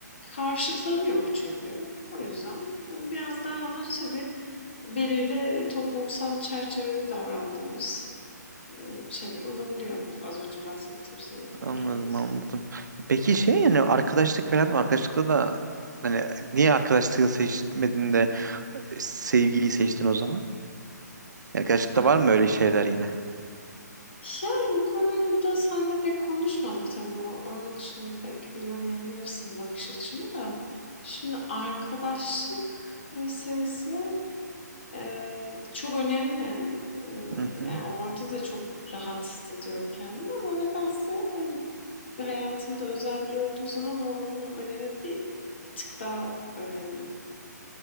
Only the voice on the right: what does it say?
anladım
anladım. Peki şey yani arkadaşlık falan var. Arkadaşlıkta da hani niye arkadaşlığı seçmedin de sevgiliyi seçtin o zaman? Yani gerçekten
var mı öyle şeyler yine?
Hı hı.